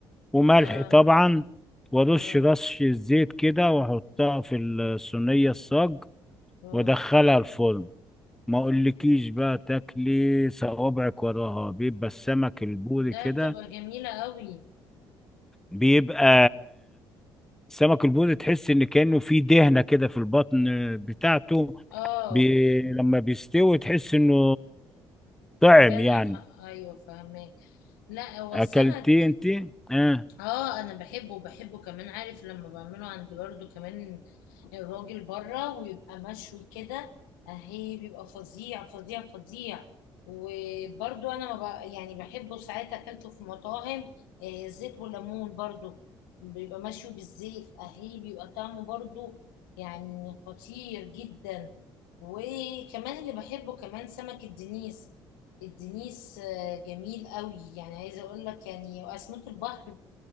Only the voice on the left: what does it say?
اه
اه
اه
ده
بتبقى جميلة قوي
اه
كانك
ايوه فاهمك لا هو
السمك
اه انا بحبه وبحبه كمان عارف لما بعمله عند برضو كمان الراجل بره ويبقى مشوي كده اهي بيبقى فظيع فظيع فظيع وبرضو انا ما بق- يعني بحبه ساعات اكلته في مطاعم آه، زيت والليمون برضو بيبقى مشوي بالزيت اهي بيبقى طعمه برضو يعني خطير جدا وكمان اللي بحبه كمان سمك الدنيس الدنيس آه، جميل قوي يعني عايزه اقول لك يعني اسماك البحر